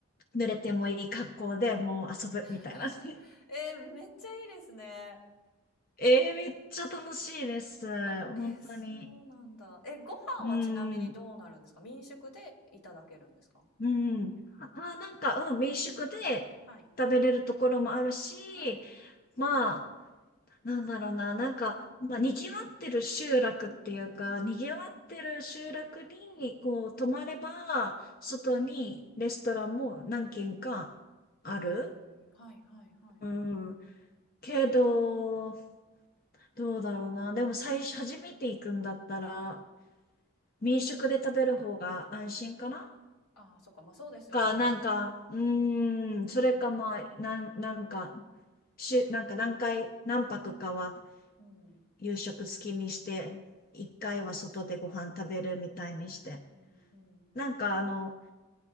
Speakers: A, on the left; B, on the left.
A: 濡れてもいい格好でもう遊ぶみたいな。
B: <laughs>
A: <laughs>
B: えー、めっちゃいいですね。
A: ええめっちゃ楽しいです。
B: あ、
A: 本当に。
B: えー、そうなんだ。え、ご飯はちなみにどうなるんですか民宿でいただけるんですか
A: うん、うん。あ、あなんか、うん、民宿で食べれるところもあるし、
B: はい。はい。
A: まあ、なんだろうな、なんか、まあ、賑わってる集落っていうか、
B: うんうん。
A: 賑わってる集落に、こう、
B: うん、
A: 泊まれば、外にレストランも何軒かある。
B: へえ、はいはいはい。
A: うん。けど、どうだろうな。でも最初、初めて行くんだったら、
B: はい。
A: 民宿で食べる方が安心かな
B: ああ、そっか。まあそうですよね。
A: か、なんか、
B: うんうん
A: うーん、それかまあ、なん、なんか、しゅ、なんか何回、何泊かは
B: うん。
A: 夕食好きにして、一回は外でご飯食べるみたいにして。
B: ああ、そっか。うんうんうんうん。
A: なんかあの、